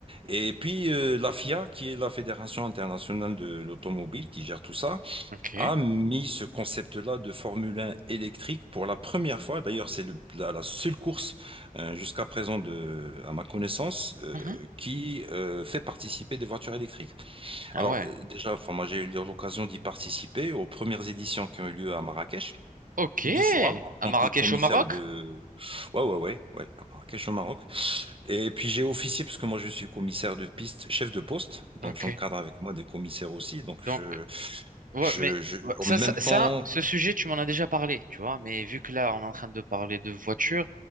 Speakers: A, on the right; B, on the right.
A: Et puis euh, la FIA, qui est la Fédération internationale de l'automobile, qui gère tout ça.
B: Ok.
A: a mis ce concept-là de Formule 1 électrique pour la première fois. D'ailleurs, c'est le- la, la seule course euh, jusqu'à présent, de, à ma connaissance, euh,
B: Mhm.
A: qui euh, fait participer des voitures électriques.
B: Ah
A: Alors,
B: ouais.
A: euh, déjà, enfin, moi, j'ai eu l'occasion d'y participer aux premières éditions qui ont eu lieu à Marrakech.
B: Ok,
A: Deux fois, en
B: à Marrakech
A: tant que commissaire
B: au Maroc?
A: de... Ouais, ouais, ouais, ouais, à Marrakech au Maroc. Et puis j'ai officié, parce que moi je suis commissaire de piste, chef de poste, donc
B: Ok,
A: j'encadre avec moi des commissaires aussi, donc
B: donc,
A: je,
B: ouais,
A: je,
B: mais
A: je,
B: ouais,
A: en
B: ça,
A: même
B: ça,
A: temps
B: ça, ce sujet, tu m'en as déjà parlé, tu vois, mais vu que là, on est en train de parler de voiture,